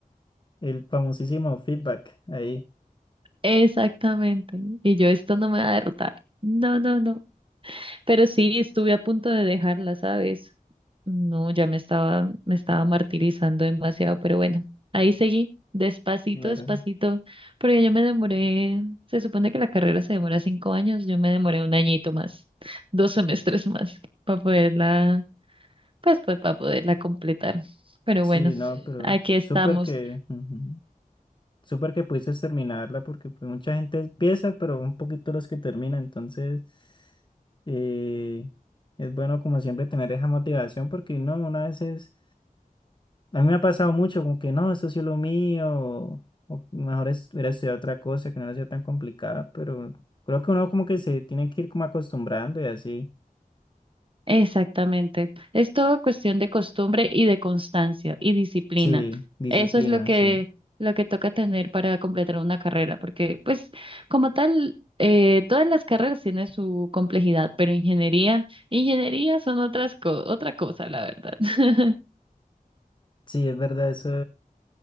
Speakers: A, on the left (about 30°); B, on the right (about 35°).
A: El famosísimo feedback ahí.
B: Exactamente. Y yo, esto no me va a derrotar. No, no, no. Pero sí, estuve a punto de dejarla, ¿sabes? No, ya me estaba, me estaba martirizando demasiado, pero bueno, ahí seguí, despacito,
A: Claro.
B: despacito, porque yo me demoré, se supone que la carrera se demora cinco años, yo me demoré un añito más, dos semestres más, para poderla, pues, pues para poderla completar. Pero
A: Sí,
B: bueno,
A: no, pero
B: aquí estamos.
A: súper que. ujú. Súper que pudiste terminarla porque pues, mucha gente empieza, pero un poquito los que terminan. Entonces, eh, es bueno como siempre tener esa motivación porque no, una vez es... A mí me ha pasado mucho como que no, esto sí es lo mío, o, o mejor es, hubiera estudiado otra cosa que no era sido tan complicada, pero creo que uno como que se tiene que ir como acostumbrando y así.
B: Exactamente. Es todo cuestión de costumbre y de constancia y disciplina.
A: Sí, disciplina,
B: Eso es lo que,
A: sí.
B: lo que toca tener para completar una carrera, porque pues como tal, eh, todas las carreras tienen su complejidad, pero ingeniería, ingeniería son otras co- otra cosa, la verdad. <laughs>
A: Sí, es verdad, eso.